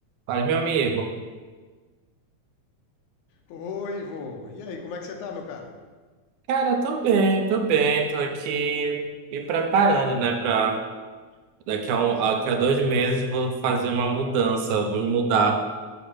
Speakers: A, on the right; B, on the left.
A: Fala, meu amigo.
B: Oi, Ivo. E aí, como é que você tá, meu caro?
A: Cara, tô bem, tô bem. Tô aqui me preparando, né, pra daqui a, um, daqui a dois meses vou fazer uma mudança, vou me mudar.